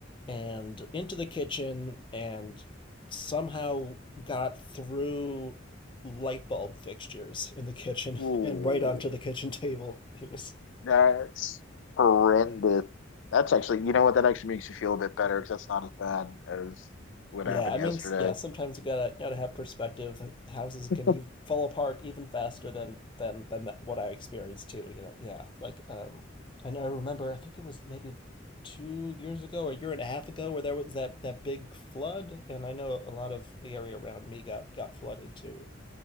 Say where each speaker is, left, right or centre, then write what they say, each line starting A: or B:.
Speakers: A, on the left; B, on the left.
A: and into the kitchen and somehow got through light bulb fixtures in the <laughs> kitchen
B: Ooh,
A: and right onto the kitchen table. It was
B: that's horrendous. That's actually, you know what? That actually makes you feel a bit better because that's not as bad as what
A: Yeah,
B: happened
A: I
B: yesterday.
A: mean, s- yeah, sometimes you gotta you gotta have perspective. The houses can
B: <laughs>
A: even fall apart even faster than than than that, what I experienced too, you know. Yeah, like um and I remember I think it was maybe two years ago or a year and a half ago where there was that that big flood, and I know a lot of the area around me got got flooded too.